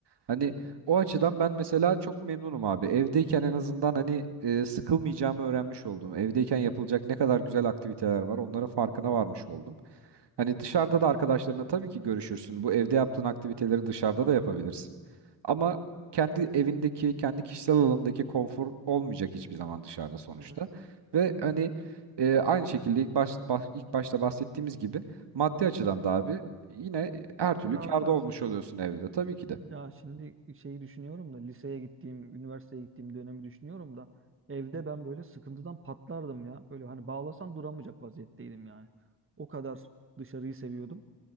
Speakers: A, on the right (about 60°); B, on the right (about 25°).
A: Hani o açıdan ben mesela çok memnunum abi. Evdeyken en azından hani e, sıkılmayacağımı öğrenmiş oldum. Evdeyken yapılacak ne kadar güzel aktiviteler var, onların farkına varmış oldum. Hani dışarıda da arkadaşlarına tabii ki görüşürsün. Bu evde yaptığın aktiviteleri dışarıda da yapabilirsin. Ama kendi evindeki, kendi kişisel alanındaki konfor olmayacak hiçbir zaman dışarıda sonuçta.
B: Evet.
A: Ve hani e, aynı şekilde ilk baş, baş- ilk başta bahsettiğimiz gibi maddi açıdan da abi yine her türlü
B: Rahatlarsın
A: kârda olmuş
B: tabii.
A: oluyorsun evde tabii ki de.
B: Ya şimdi şeyi düşünüyorum da liseye gittiğim, üniversiteye gittiğim dönemi düşünüyorum da evde ben böyle sıkıntıdan patlardım ya. Böyle hani bağlasan duramayacak vaziyetteydim yani. O kadar dışarıyı seviyordum.